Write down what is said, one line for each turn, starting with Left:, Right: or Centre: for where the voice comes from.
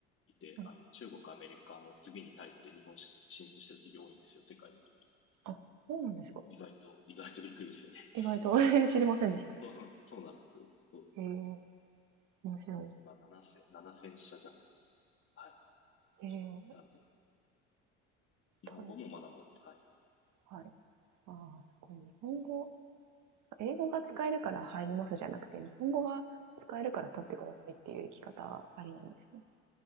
Left: いて、
Right: あれ
Left: あの、中国、アメリカの次にタイって日本進出してる企業多いんですよ、世界で見ると。
Right: あ、そうなんですか。
Left: 意外と、意外とびっくりですよね。
Right: 意外と
Left: <laughs> そう
Right: <laughs> 知りませんでした。
Left: <laughs> そうそうなんですよ。そう。
Right: へえ、面白い。
Left: 今、7000、ななせん社弱と。はい。
Right: へえ、
Left: そう。なんで、日本語もまだまだ使える。
Right: はいはい。ああ、すごい。日本語、英語が使えるから入りますじゃなくて、日本語が使えるから取ってくださいっていう生き方ありなんですね。